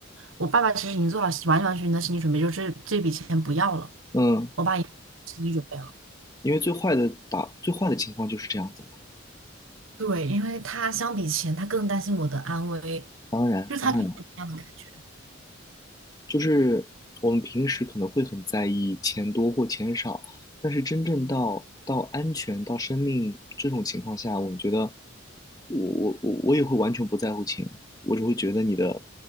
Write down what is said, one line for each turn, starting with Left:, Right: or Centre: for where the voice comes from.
Right: 我爸爸其实已经做好完完全全的心理准备，就是这这笔钱不要了，
Left: 嗯。
Right: 我爸也心理准备了。
Left: 因为最坏的打最坏的情况就是这样子嘛。
Right: 对，因为他相比钱，他更担心我的安危，
Left: 当然，
Right: 就是他给我这样的感觉。
Left: 当然，就是我们平时可能会很在意钱多或钱少，但是真正到到安全到生命这种情况下，我们觉得我我我我也会完全不在乎钱，我只会觉得你的